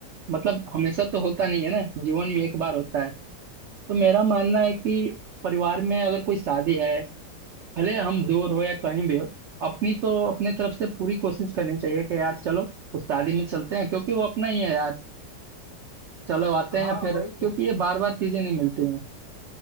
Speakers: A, on the right (about 85°); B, on the left (about 70°).
A: मतलब हमेशा तो होता नहीं है ना जीवन में एक बार होता है तो मेरा मानना है कि परिवार में अगर कोई शादी है भले हम दूर हो या कहीं भी हो अपनी तो अपने तरफ से पूरी कोशिश करनी चाहिए कि यार चलो उस शादी में चलते हैं क्योंकि वो अपना ही है यार चलो आते
B: हाँ
A: हैं फिर
B: वही
A: क्योंकि
B: तो
A: ये बार बार चीजें नहीं मिलती हैं